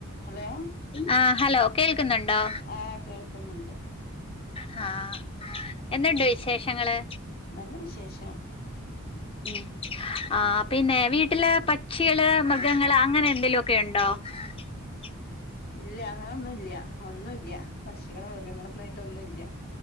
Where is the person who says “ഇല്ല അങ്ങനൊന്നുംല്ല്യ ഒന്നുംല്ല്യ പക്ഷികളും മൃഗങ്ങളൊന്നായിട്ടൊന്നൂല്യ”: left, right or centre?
Left